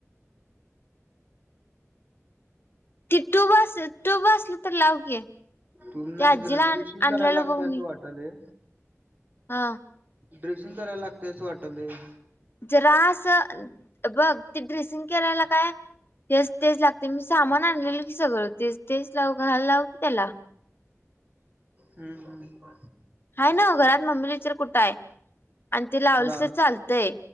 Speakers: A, on the left (about 45°); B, on the right (about 35°).
A: ती टुब असल ती टूब असली तर लाव की
B: टुब
A: ते
B: नाही
A: आजीला
B: खरं ड्रिशिंग
A: आणलेलं
B: करायला लागतयं
A: बघ
B: असं
A: मी
B: वाटालय
A: हा
B: ड्रेसिंग करायला लागते असं वाटलयं
A: जरा असं बघ ते ड्रेसिंग केरायला काय तेच तेच लागते मी सामान आणलेल की सगळं तेच तेच लावू घाल लावू की त्याला
B: हम्म हम्म
A: हाय ना घरात मम्मीला विचार कुठं आहे? आणि ते लावलस
B: लाव
A: की चालतंय.